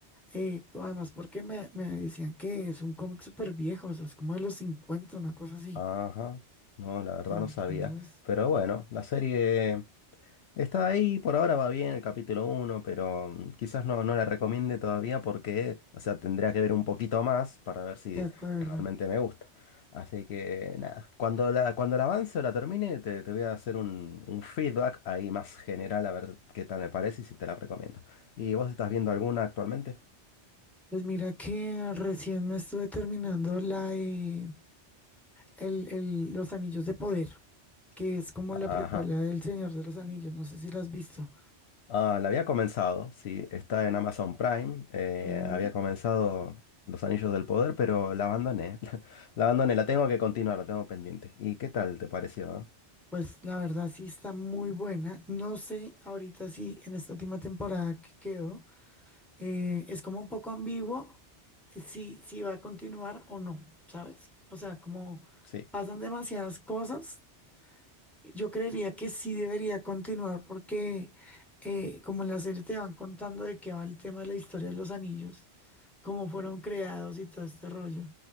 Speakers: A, in the centre; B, on the left.
A: eh, además, porque me, me decían que es un cómic súper viejo, o sea, es como de los cincuenta una cosa así.
B: Ajá. No, la verdad
A: Entonces,
B: no sabía. Pero bueno, la serie. Está ahí, por ahora va bien el capítulo uno, pero mm, quizás no, no la recomiende todavía porque, o sea, tendría que ver un poquito más para ver si
A: de acuerdo.
B: realmente me gusta. Así que nada, cuando la, cuando la avance o la termine, te, te voy a hacer un, un feedback ahí más general a ver qué tal me parece y si te la recomiendo. ¿Y vos estás viendo alguna actualmente?
A: Pues mira que recién me estuve terminando la, eh, el, el- Los Anillos de Poder, que es como
B: Ajá.
A: la precuela del Señor de los Anillos, no sé si la has visto.
B: Ah, la había comenzado, sí, está en Amazon Prime. eh,
A: Ujú.
B: había comenzado Los Anillos del Poder, pero la abandoné. <laughs> La abandoné, la tengo que continuar, la tengo pendiente. ¿Y qué tal te pareció? ah?
A: Pues la verdad sí está muy buena. No sé ahorita si en esta última temporada que quedó, eh, es como un poco ambiguo eh, si, si va a continuar o no, ¿sabes? O sea, como
B: Sí.
A: pasan demasiadas cosas Yo creería que sí debería continuar porque eh, como en la serie te van contando de qué va el tema de la historia de los anillos, cómo fueron creados y todo este rollo.